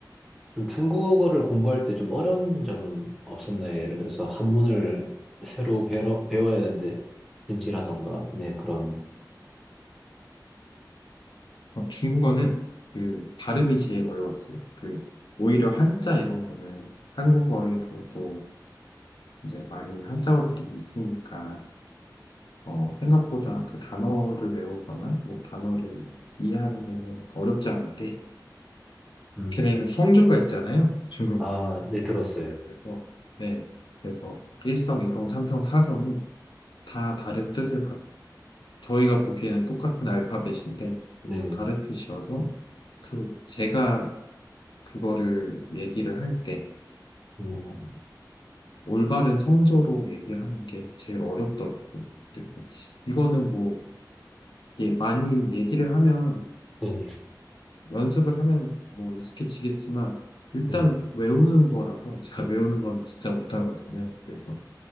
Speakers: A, in the centre; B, on the left.
A: 좀 중국어를 공부할 때 좀 어려운 점은 없었나요? 예를 들어서 한문을 새로 배러, 배워야 되는데, 진지라던가, 네, 그런,
B: 어, 중국어는 그 발음이 제일 어려웠어요. 그 오히려 한자 이런 거는 한국어에서도 이제 많이 한자어들이 있으니까 어, 생각보다 그 단어를 외우거나 뭐 단어를 이해하는 데는 어렵지 않은데 <laughs>
A: 음,
B: 걔네는 성조가 있잖아요. 중국.
A: 아, 네, 들었어요.
B: 그래서 네. 그래서 일성이성삼성사성이다 다른 뜻을 저희가 보기에는 똑같은 알파벳인데
A: 네네,
B: 다 다른 뜻이 와서 그리고 제가 그거를 얘기를 할 때
A: 음,
B: 어, 올바른 성조로 얘기하는 게 제일 어렵더라고요. 그리고 이거는 뭐 예, 많이 얘기를 하면
A: 네네,
B: 연습을 하면 뭐 익숙해지겠지만 일단
A: 네네,
B: 외우는 거라서 <laughs> 제가 외우는 건 진짜 못하거든요. 그래서